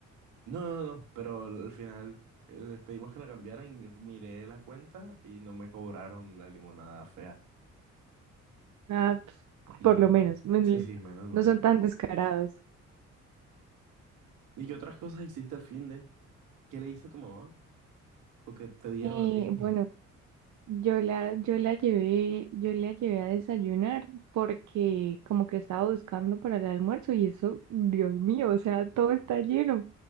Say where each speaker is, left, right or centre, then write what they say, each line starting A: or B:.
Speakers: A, on the right; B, on the right.
A: No, no, no, pero al final eh, pedimos que la cambiaran y miré la cuenta y no me cobraron la limonada fea.
B: Ah, pues,
A: Menos
B: por lo menos,
A: mal.
B: mm,
A: Sí, sí, menos mal.
B: no son tan descarados.
A: ¿Y qué otras cosas hiciste al fin de? ¿Qué le diste a tu mamá? ¿O qué te dieron
B: Eh,
A: a ti? <laughs>
B: bueno, yo la, yo la llevé, yo la llevé a desayunar porque como que estaba buscando para el almuerzo y eso, Dios mío, o sea, todo está lleno,